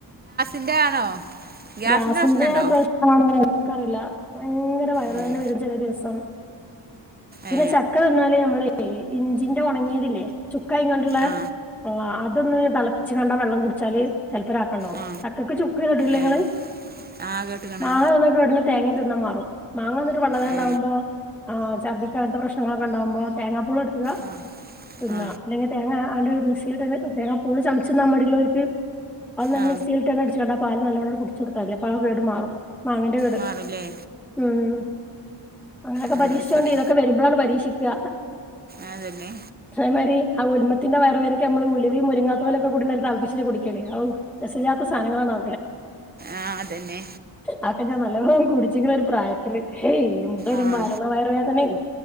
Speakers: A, on the right; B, in the centre.
A: ന്റെ ആണോ ഗ്യാസിൻ്റെ
B: ഗ്യാസിന്റെ
A: പ്രശ്നമുണ്ടോ
B: പ്രശ്മാണ് ഇനിക്കറിയില്ല ഭയങ്കര വയറു
A: ഉം.
B: വേന വരും ചില ദിവസം പിന്നെ
A: ഏ
B: ചക്ക തിന്നല് നമ്മള് ഇഞ്ചിന്റെ ഒണങ്ങിയതില്ലേ ചു കൈ കണ്ടുള്ള
A: ആ
B: ആ അതൊന്ന് തിളപ്പിച്ച് കണ്ടാ വെള്ളം കുടിച്ചാല് ചെലപ്പംരാക്കണ്ടാവും
A: ആ
B: ചക്കക്ക് ചുക്ക് തിന്നിട്ടില്ലെങ്ങള്
A: ഏ ആ കേട്ടുക്കണ്
B: മാങ്ങ തിന്ന കേടിന് തേങ്ങി തി ന്ന മാറും മാങ്ങ തിന്നിട്ട് വെള്ളതണ്ടാവുമ്പോ
A: ഏ
B: ആ ഛർദിക്ക പ്രശ്നങ്ങളൊക്കെ ഉണ്ടാകുമോ തേങ്ങ പുളെടുക്ക
A: ആ
B: തിന്ന
A: ആ
B: അല്ലെങ്കി തേങ്ങ ആയിന്റെ ഒര് മി മിക്സിട്ട് തന്നെ തേങ്ങ പുള് ചമച്ച് മടിള്ളർക്ക് അത് തന്നെ
A: ആ
B: മിക്സിയിലിട്ട് അടിച്ചു കാണ്ട് പാല് നല്ലോണം ച്ച്കൊടുത്താ തി അപ്പൊ ആ കേട് മാറും മാങ്ങേന്റെ കേട്
A: മാറൂല്ലേ
B: ഉം അങ്ങനൊക്കെ
A: ആ
B: പീക്ഷിച്ചുകൊണ്ട്
A: അത് ശരി
B: ഇതൊക്കെ വരുമ്പോഴാണ് പരീക്ഷിക്കുക
A: അതന്നെ
B: അതേമാതിരി ആ ഉൽമത്തിന്റെ വയവേനക്ക് നമ്മള് ഉലുവയും മുരിങ്ങാകൊല് ഒക്കെ കൂടി നല്ല തൽപിച്ച് കുടി ക്കല് രസഇല്ലാത്ത സാധനങ്ങളാണോ
A: ആഹ് അതെന്നെ
B: ആക്കെ ഞാൻ നല്ലം കുടിച്ചിക്ക്‌ണ് ഒരു പ്രായത്തില് ഏയ് എന്തൊരു
A: ആ
B: മരണ വയറ് വേദനയാരുന്നു